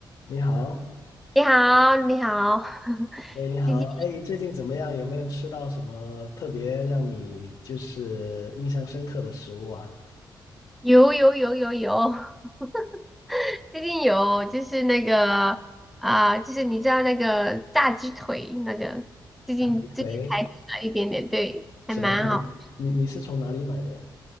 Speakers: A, on the left; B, in the centre.
A: 你好，
B: 你好，你好，<laughs>
A: 哎，你好，
B: 最近
A: 哎，最近怎么样？有没有吃到什么特别让你就是印象深刻的食物啊？
B: 有有有有有，<laughs> 最近有就是那个啊、就是你知道那个炸鸡腿那个，最近最近才吃了一点点，
A: 炸鸡腿
B: 对，
A: 什么好？
B: 还蛮好。
A: 你你是从哪里买的呀？